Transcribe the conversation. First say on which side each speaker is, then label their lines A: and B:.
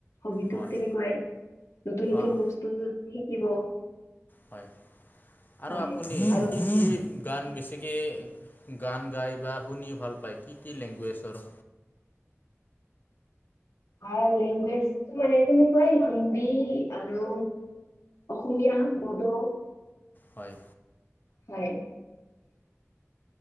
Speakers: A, on the left; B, on the left.
A: হবিতো
B: হয়
A: তেনেকুৱাই, নতুন নতুন
B: অঁ
A: বস্তু শিকিব।
B: হয়,
A: হয়
B: আৰু আপুনি
A: আৰু
B: কি কি গান বেছিকৈ গান গাই বা শুনি ভাল পায় কি কি লেংগুৱেজৰ?
A: অ', লেংগুৱেজটো মানে তেনেকুৱাই হিন্দী আৰু অসমীয়া, বড়ো।
B: হয়।
A: হয়।